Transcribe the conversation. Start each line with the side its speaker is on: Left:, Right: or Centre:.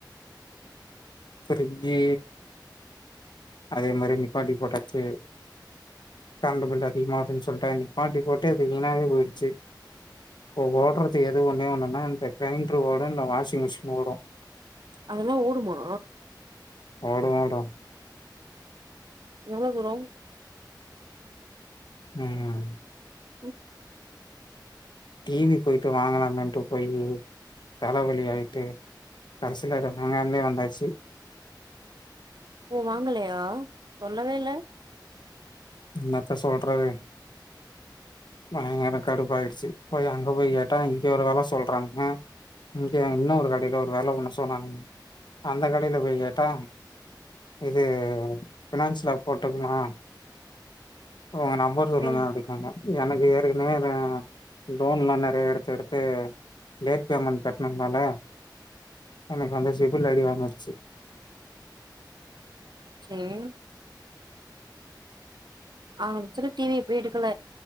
Left: பிரிஜி அதே மாரி நிப்பாட்டி போட்டாச்சு சேர் கரண்ட்டு பில் அதிகமாதுன்னு சொல்லிட்டு நிப்பாட்டி போட்டு அது வீணாவே போய்ருச்சு ஓ ஓடுறது எது ஒன்னே ஒன்னுன்னா இந்த கிரைண்டர் ஓடும் இந்த வாஷிங் மிஷின் ஓடோ
Right: அதெல்லாம் ஓடுமா
Left: ஓடு ஓடும்
Right: எவ்ளோ தூரோம்
Left: ம்
Right: இப்
Left: டிவி போய்ட்டு வாங்கலாமின்ட்டு போய் தலவலி ஆய்ட்டு கடசில உண்மையாலுமே வந்தாச்சு
Right: ஓ வாங்கலையா சொல்லவே இல்ல
Left: என்னத்த சொல்றது பயங்கர கடுப்பு ஆயிடுச்சு போய் அங்க போய் கேட்டா இங்க ஒரு வெல சொல்றாங்க இங்க இன்னொரு கடையில ஒரு வேல ஒன்னு சொன்னானுங்க அந்த கடையில போய் கேட்டா இது ஃபினான்சல போட்டோம்னா உங்க நம்பர் சொல்லுங்க
Right: ம்
Left: அப்டின்நாங்க எனக்கு ஏற்கனவே வெ லோன்லா நெறையா எடுத்து எடுத்து லேட் பேமென்ட் கட்டனதுனால எனக்கு வந்து சிபில் அடி வாங்கிடுச்சு
Right: சேரி அவனுங்க சொன்ன டிவிய போயி எடுக்கல